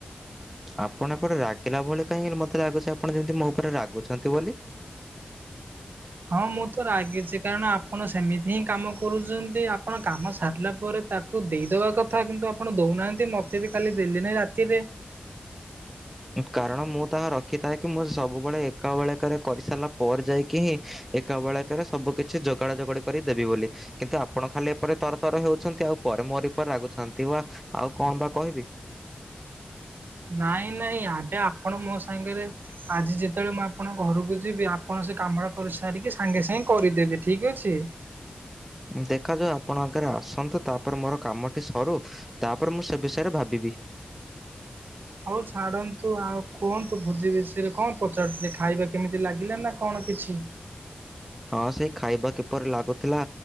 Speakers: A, in the centre; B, on the right (about 80°).
A: ଆପଣ ଏପଟେ ରାଗିଲା ଭଳି କାହିଁ ମତେ ଲାଗୁଚି ଆପଣ ଯେମିତି ମୋ ଉପରେ ରାଗୁଚନ୍ତି ବୋଲି।
B: ହଁ ମୁଁ ତ ରାଗିଚି କାରଣ ଆପଣ ସେମିତି ହିଁ କାମ କରୁଚନ୍ତି ଆପଣ କାମ ସାରିଲା ପରେ ତାକ୍ କୁ ଦେଇଦବା କଥା କିନ୍ତୁ ଆପଣ ଦଉନାହାନ୍ତି ମତେ ବି କାଲି ଦେଲେ ନାଇ ରାତିରେ।
A: କାରଣ ମୁଁ ତାହା ରଖିଥାଏ କି ମୁଁ ସବୁବେଳେ ଏକା ବଳେକରେ କରିସାରିଲା ପରେ ଯାଇକି ହିଁ ଏ ଏକାବେଳକେରେ ସବୁକିଛି ଯୋଗାଡ ଯୋଗାଡି କରିଦେବି ବୋଲି। କିନ୍ତୁ ଆପଣ ଖାଲି ଏପଟେ ତର ତର ହେଉଚନ୍ତି ଆଉ ପରେ ମୋରି ଉପରେ ରାଗୁଚନ୍ତି ଓ ଆ-ଆଉ କଣ ବା କହିବି।
B: ନାଇଁ ନାଇଁ ଆଗେ ଆପଣ ମୋ ସାଙ୍ଗେରେ ଆଜି ଯେତେବେଳେ ମୁଁ ଆପଣଙ୍କ ଘରକୁ ଯିବି ଆପଣ ସେ କାମଟା କରି ସାରିକି ସାଙ୍ଗେ ସାଙ୍ଗେ କରିଦେବେ ଠିକ୍ ଅଛି।
A: ଦେଖାଯାଉ ଆପଣ ଆଗରେ ଆସନ୍ତୁ ତାପରେ ମୋର କାମଟି ସରୁ ତାପରେ ମୁଁ ସେ ବିଷୟରେ ଭାବିବି।
B: ହଉ ଛାଡ଼ନ୍ତୁ ଆଉ କୁହନ୍ତୁ ଭୋଜି ବିଷୟରେ କଣ ପଚାରୁଥିଲେ ଖାଇବା କେମିତି ଲାଗିଲା ନା କଣ କିଛି?
A: ହଁ ସେ ଖାଇବା କିପରି ଲାଗୁଥିଲା